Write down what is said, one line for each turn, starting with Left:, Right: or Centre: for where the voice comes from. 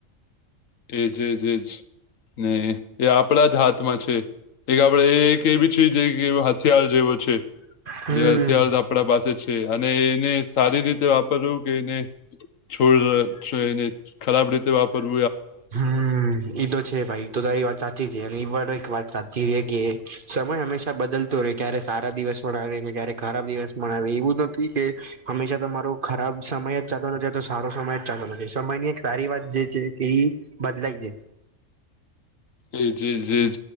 Left: એજજ એજ ને એ આપ આપડા જ હાથમાં છે. એક આપડે એવી છેી હથિયાર જેવો છે.
Right: હમ્મ.
Left: જે હથળથ આપણા પાસે છે. અને એને સારી રીતે વાપરવું કે એને છોડ એને ખરાબ રીતે વા પર
Right: હમ ઈ તો છે ભાઈ તો તારી વાત સાચી છે. અને એવા એક વાત સાચી છે. કે સમય હંમેશા બદલતો રહે ક્યારે સારા દિવસ મળાવ છે. જ્યારે ખરાબ દિવસ મ આવે એવું નથી કે હંમેશા તમારો ખરાબ સમય જ ચાલતો નથી તો સારો સમય જ ચાલતો નથી સમયની એક સારી વાત જે છે કે બદલાય જ
Left: એ જી, જીજ